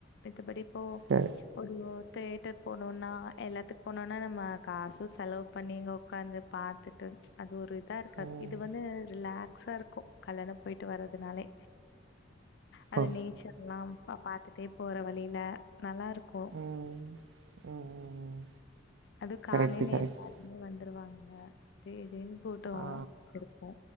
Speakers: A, on the left (about 65°); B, on the right (about 75°).
A: மித்தபடி இப்போ
B: க
A: ஒரு தேட்டர் போனோன்னா எல்லாத்துக்கு போனோன்னா நம்ம காசு செலவு பண்ணி அங்க ஒக்காந்து பாத்துட்டு அது ஒரு தா இருக்காது
B: ம்
A: இது வந்து ரிலாக் சா இருக்கு கல்லண போயிட்டு வர்றதுனாலே அந்த
B: ஓ
A: நேச்சர் எல்லா பாத்து ப்டியே போற வழியில நல்லா இருக் கு
B: ம் ம் ம்
A: அது காலேனே
B: கரெக்ட்டு, கரெக்ட்டு.
A: எல்லாருமே வந்துருவாங் அ ஜே ஜேன் கூட்டம்
B: ஆ
A: இருக்கு